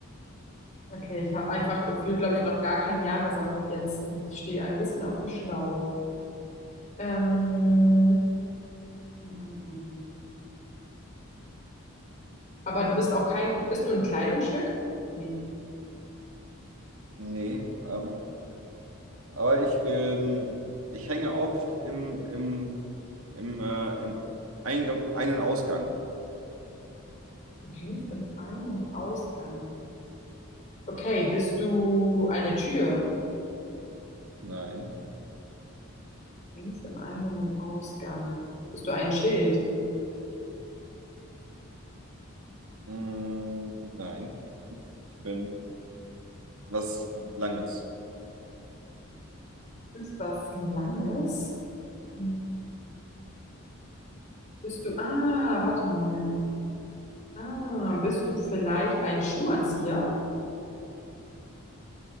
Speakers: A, on the left; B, on the right.
A: Okay, ich habe einfach gefühlt, glaube ich, noch gar kein Ja gesammelt jetzt. Ich stehe ein bisschen auf dem Schlauch. Ähm, ähm, ähm, ähm. aber du bist auch kein, bist du ein Kleidungsstück? Nee,
B: nee. Ähm, aber ich, ähm, ich hänge oft im, im, im, äh, im Eingang, Ein- und Ausgang.
A: du hängst im Ein- und Ausgang. Okay, bist du eine Tür?
B: Nein.
A: Längst im Ein- und im Ausgang. Bist du ein Schild?
B: Mm, nein. Ich bin was Langes.
A: Ist was Langes? Hm. Bist du, ah, warte mal. Ah, bist du vielleicht ein Schuhanzieher?